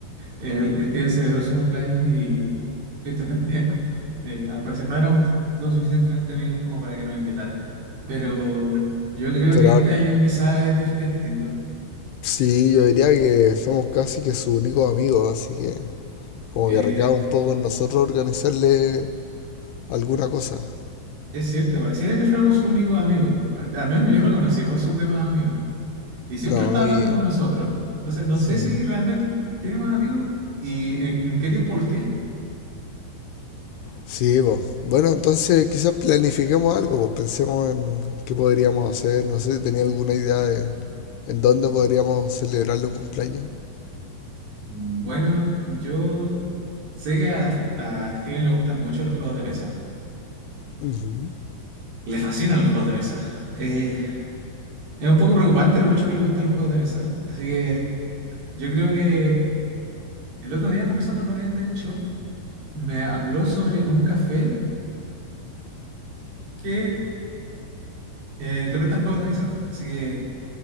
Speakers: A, on the right; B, on the left.
A: el, Steven celebró su cumpleaños y tristemente, <laughs> eh, al parecer no éramos lo suficientemente amigos como para que nos invitara. Pero yo creo
B: Pero
A: que
B: ahora,
A: este año quizás es, dif- es distinto.
B: sí, yo diría que somos casi que su único amigo, así que... Como
A: Eh,
B: que recaba un poco en nosotros organizarle alguna cosa.
A: Es cierto, pareciera que fuéramos únicos amigos. Al, al menos yo no conocía a sus demás amigos. Y siempre
B: No,
A: está hablando
B: y...
A: con nosotros. Entonces no
B: Sí.
A: sé si realmente tiene más amigos y en, en qué tiempo los tiene.
B: Sí, pues. Bueno, entonces quizás planifiquemos algo, pues pensemos en qué podríamos hacer. No sé si tenía alguna idea de en dónde podríamos celebrarle un cumpleaños.
A: Bueno, yo sé que a, a Steven le gustan mucho los juegos de mesa.
B: Ujú.
A: Le fascinan los juegos de mesa. Eh, es un poco preocupante lo mucho que le gustan los juegos de mesa. Así que yo creo que el otro día conversando con él, de hecho, me habló sobre un café que eh, te prestan juegos de mesa. Así que...